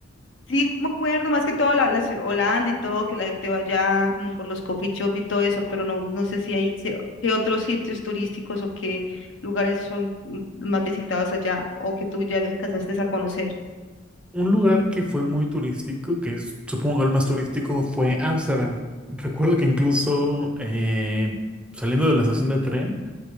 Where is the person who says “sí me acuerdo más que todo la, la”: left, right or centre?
Left